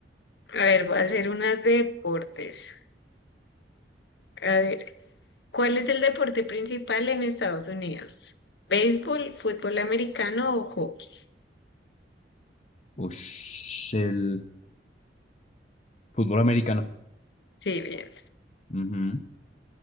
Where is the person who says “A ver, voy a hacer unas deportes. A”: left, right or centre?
Left